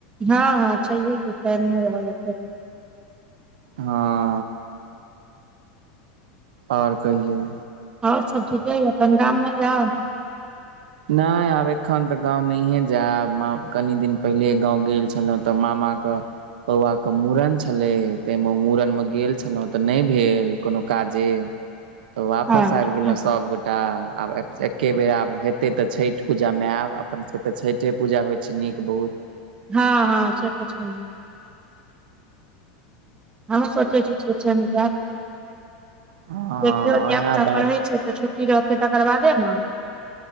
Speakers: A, on the right; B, on the right.
A: हा हा छे क ने रहल।
B: हा। ओर कहियो।
A: ओर सब ठीके यऽ तनि गाम मे जाउ।
B: ने अब एखन त गाम नहिए जायब मा कनि दिन पहिले गाँ गेल छल हुँ त मामाके। पौआ के मुूड़न छलय ताहिमे मुूड़न मे गेल छलहुं त नहि भेल कोनो काजे। त वापस
A: अच्छा
B: आबि गेलहु सभगोटा आब एके बेर आब हे। एतेक त छठि पूजामे आयब अपन सभके त छठिे पूजा होइ छे नीक बहुत।
A: हा हा से त छे। हमूँ सोचे छी जायब
B: हँ
A: देखियौ धियाापुता
B: उएह बात
A: पढ़े छै। त छुट्टी रहते तकर बादे ने।